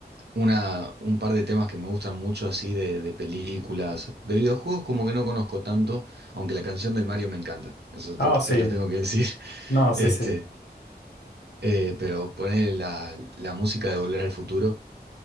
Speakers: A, on the right; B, on the left.
A: Una, un par de temas que me gustan mucho así de, de películas, de videojuegos como que no conozco tanto, aunque la canción del Mario me encanta, eso
B: Ah,
A: te, te
B: sí,
A: lo tengo que decir, <laughs>
B: no, sí,
A: este,
B: sí.
A: eh, pero poner la, la música de Volver al Futuro